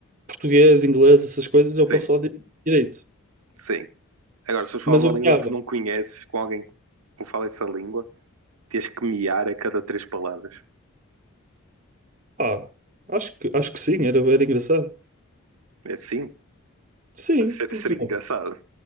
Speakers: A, on the right; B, on the right.
A: português, inglês, essas coisas eu posso
B: Sim,
A: falar di- direito.
B: sim. Agora, se fores falar
A: Mas
B: uma
A: eu
B: língua
A: meava.
B: que tu não conheces com alguém que fala essa língua, tens que miar a cada três palavras.
A: Ah, acho que, acho que sim, era, era engraçado.
B: É assim?
A: Sim,
B: Ser-
A: porque
B: Seria
A: não?
B: engraçado.